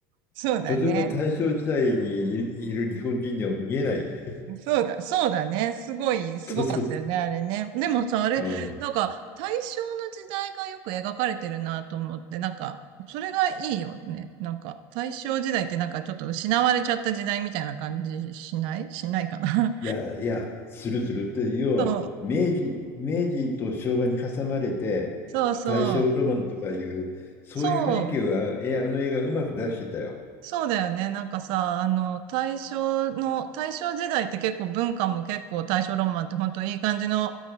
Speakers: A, on the right (about 60°); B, on the left (about 25°).
A: そうだね。
B: とても大正時代にいる日本人には見えないよね。
A: そうだ、そうだね。すごい、
B: <laughs>
A: すごかったよね、
B: そうそうそ
A: あれね。でもさ、あれ、
B: う。うん。
A: なんか、大正の時代がよく描かれてるなと思って、なんか、それがいいよね。なんか、大正時代ってなんかちょっと失われちゃった時代みたいな感じしないしないかな。
B: いやいや、するするって、要は明治、
A: <laughs> そう、
B: 明治と昭和に挟まれて、
A: そうそう。
B: 大正ロマンとかいう、そういう雰囲気をあ、
A: そう、
B: え、あの映画うまく出してたよ。
A: そうだよね。なんかさ、あの、大正の、大正時代って結構文化も結構大正ロマンって本当いい感じの、